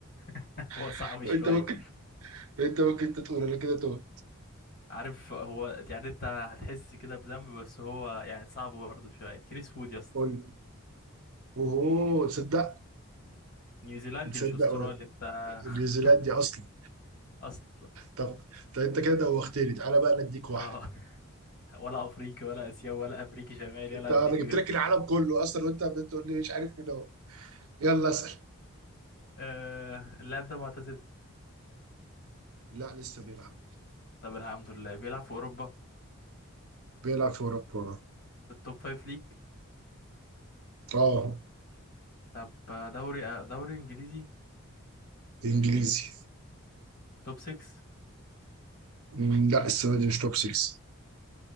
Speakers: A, on the left; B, on the right.
A: <laughs> هو صعب
B: <laughs>
A: شوية
B: انت ممكن انت ممكن أنت تقول انا كده تهت
A: عارف هو يعني انت هتحس كده بذنب بس هو يعني صعب برضه شوية كريس وود يا اسطى
B: قول لي. اوه تصدق
A: نيوزيلندي
B: تصدق
A: مش استرالي
B: هو
A: انت
B: نيوزيلاند
A: <laughs>
B: دي اصلا
A: اصلا
B: طب طب انت كده دوختني تعالى بقى نديك واحد
A: اه ولا افريقي ولا اسيوي ولا امريكي شمالي
B: انت
A: ولا
B: انا
A: امريكي
B: جبت
A: جنوبي
B: لك العالم كله اصلا وانت بتقول لي مش عارف مين هو يلا اسال
A: آه اللاعب ده معتزل
B: لا لسه بيلعب
A: طب الحمد لله بيلعب في اوروبا
B: بيلعب في اوروبا
A: في التوب 5 ليج
B: اه
A: طب آه، دوري آه، دوري انجليزي
B: انجليزي
A: توب 6
B: مم، لا السنه دي مش توب 6